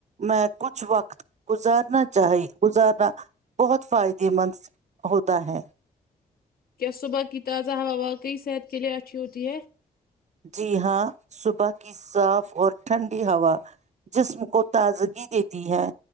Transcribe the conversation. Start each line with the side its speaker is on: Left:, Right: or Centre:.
Right: میں کچھ وقت گزارنا چاہے گزارنا بہت فائدہ یہ من ہوتا ہے
Left: کیا صبح کی تازہ ہوا واقعی صحت کے لئے اچھی ہوتی ہے؟
Right: جی ہاں صبح کی صاف اور ٹھنڈی ہوا جسم کو تازگی دیتی ہے